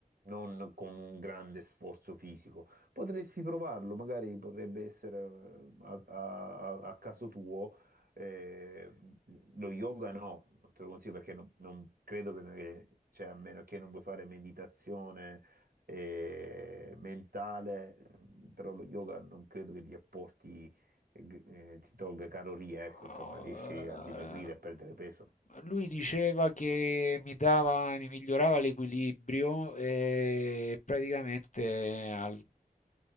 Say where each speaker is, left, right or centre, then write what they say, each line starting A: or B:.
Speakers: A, on the right; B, on the left.
A: non con un grande sforzo fisico. Potresti provarlo, magari potrebbe essere eh, a, a- a caso tuo. eh, lo yoga no, non te lo consiglio perché non, non credo che, cioè, a meno che non vuoi fare meditazione eh, mentale, però lo yoga non credo che ti apporti e g- eh, ti tolga calorie, ecco,
B: No,
A: insomma, riesci a dimagrire e a perdere peso.
B: Eh, Lui diceva che mi dava, mi migliorava l'equilibrio e praticamente al-